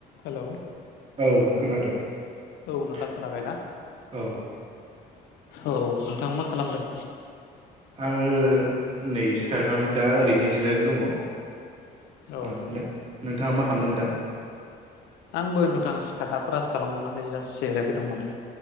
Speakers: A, on the left (about 90°); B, on the right (about 40°).
A: Hello
B: औ खोनादों
A: औ नोंथां
B: <inaudible>
A: खोनाबायना
B: औ
A: औ नोंथां मा खालामदों?
B: आङो नै सिखारनानै दा ओरैनो जिरायनानै दङ औ
A: औ
B: नों नों नोथाङा मा खालामदों दा?
A: आंबो नोंथां सिखारना ब्रास खालामखांनानै जास जिरायबाय दं माने।